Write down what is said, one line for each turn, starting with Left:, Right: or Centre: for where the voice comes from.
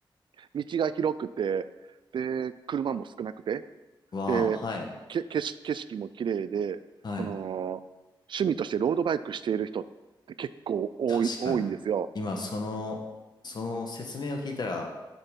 Right: 道が広くて、で、車も少なくて、
Left: うん。わあ、
Right: で、
Left: はい。
Right: け、景色、景色も綺麗で、
Left: はい。
Right: その、趣味としてロードバイクしている人って結構多い、
Left: 確かに。
Right: 多いんですよ。
Left: 今、その、その説明を聞いたら